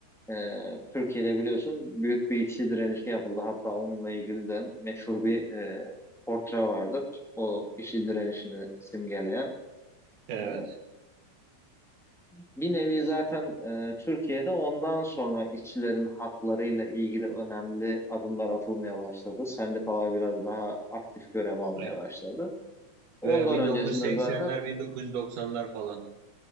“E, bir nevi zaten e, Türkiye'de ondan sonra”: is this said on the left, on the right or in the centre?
Centre